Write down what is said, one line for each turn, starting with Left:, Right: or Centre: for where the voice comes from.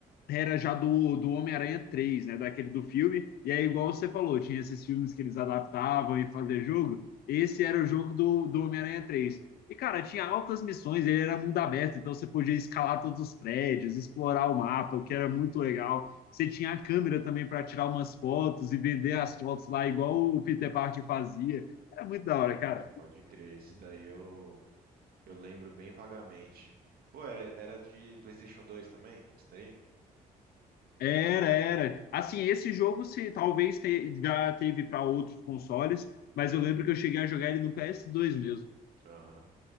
Left: era já do, do Homem-Aranha três né? Daquele do filme. E aí, igual você falou, tinha esses filmes que eles adaptavam e faziam jogo. Esse era o jogo do, do Homem-Aranha três E, cara, tinha altas missões, ele era mundo aberto, então você podia escalar todos os prédios, explorar o mapa, o que era muito legal. Você tinha a câmera também para tirar umas fotos e vender as fotos lá, igual o Peter Parker fazia. Era
Right: Nossa,
Left: muito da hora, cara.
Right: pode crer. Isso daí eu, eu lembro bem vagamente. Pô, era, era de PlayStation 2 também? Isso daí?
Left: Era, era. Assim, esse jogo se talvez te- já teve para outros consoles, mas eu lembro que eu cheguei a jogar ele no PS2 mesmo.
Right: Aham.